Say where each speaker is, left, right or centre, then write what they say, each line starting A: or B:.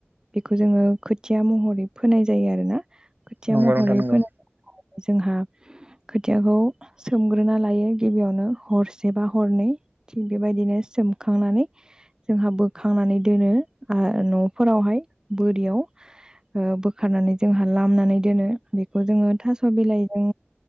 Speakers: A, on the right; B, on the right.
A: बेखौ जोङो खोथिया महरै फोनाय जायो आरो ना। खोथिया
B: नंगौ
A: महरै
B: नंगौ नोंथां नंगौ
A: फोनाय जोंहा खोथियाखौ सोमग्रोना लायो गिबियावनो हरसे बा हरनै थिग बेबायदिनो सोम खांनानै जोंहा बोखांनानै दोनो न'फोरावहाय बोरियाव ओ बोखारनानै जोंहा लामनानै दोनो बे बे खौ जोङो थास' बिलाइजों